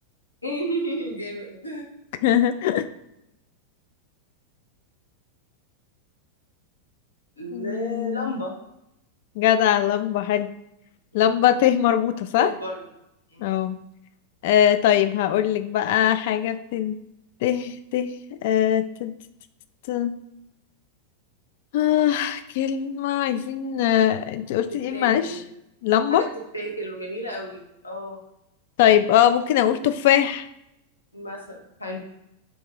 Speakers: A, on the left; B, on the left.
A: <laughs> جامد
B: <laughs>
A: للمبة
B: مم، جدع لمبة حلو
A: مم.
B: لمبة ت مربوطة صح؟
A: سيف برضه امم
B: اه آه، طيب هقولك بقى حاجة بتن ت ت آه، ت- ت- ت- ت- آه، كلمة عايزين آه، انت
A: حاجة
B: قلتي
A: بتتاكل
B: ايه معلش لمبة
A: حاجة بتتاكل وجميلة قوي اه
B: طيب اه ممكن اقول تفاح
A: مثلا حلو